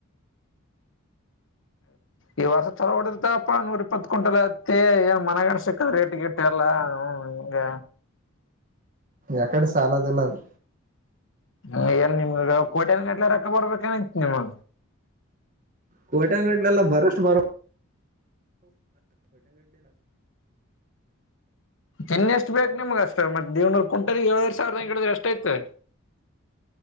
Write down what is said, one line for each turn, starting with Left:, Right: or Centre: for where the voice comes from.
Left: ಈ ವರ್ಷ ತಲೋ ಹೊಡತಪ್ಪ ನೂರ್ ಇಪ್ಪತ್ ಕಂಟಲ್ ಐತಿ ಏನ್ ಮನಗಾಣ್ಸಿಕ ರೇಟ್ ಗಿಟ್ಟ ಎಲ್ಲಾ ಹ ಹಂಗ
Right: ಎಕಡೆ ಸಾಲ ದಲ್ಲದು
Left: ಹ ಏನ್ ನಿಮ್ಗ ಕೋಟ್ಯನ್ ಗಟ್ಲೆ ರೊಕ್ಕ ಬರ್ಬೇಕನತಿ ನಿಮ
Right: ಕೋಟ್ಯಾನ್ ಗಟಲೆನಾ ಬರಷ್ಟ ಬರ <inaudible>
Left: ಇನ್ನು ಎಷ್ಟು ಬೇಕು ನಿಮ್ಗ ಅಷ್ಟ ಮತ್ತ ದೇವ್ನರು ಕಿಂಟ್ಟಲಿಗೆ ಏಳುವರೇ ಸಾವಿರ ಹಿಡಿದ್ರೆ ಎಷ್ಟು ಆಯ್ತು